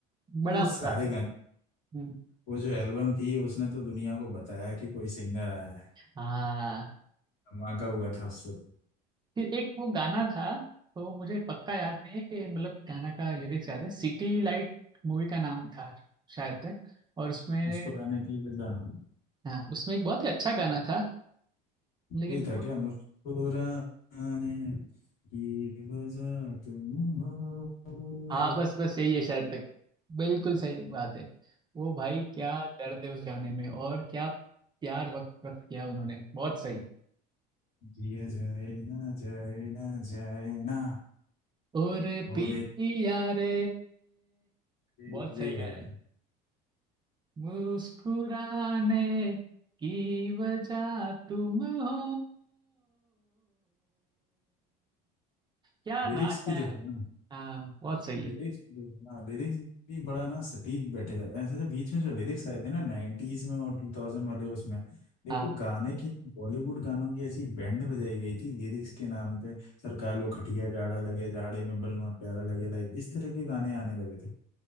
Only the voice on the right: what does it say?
बड़ा
मजा
आता
था हम्म,
हाँ
फिर एक वो गाना था तो मुझे पक्का याद नहीं है कि मतलब गाना का लिरिक्स याद है सिटी लाइट मूवी का नाम था शायद तक और उसमें
हाँ उसमें एक बहुत ही अच्छा गाना था लेकिन
हाँ बस बस यही है शायद तक बिल्कुल सही बात है वो भाई क्या दर्द है उस गाने में और क्या प्यार वक्त वक्त किया उन्होंने बहुत सही
और
पिया
रे
बहुत सही
गाया है
मुस्कुराने की वजह तुम हो क्या
रात
है
हाँ बहुत सही
हाँ।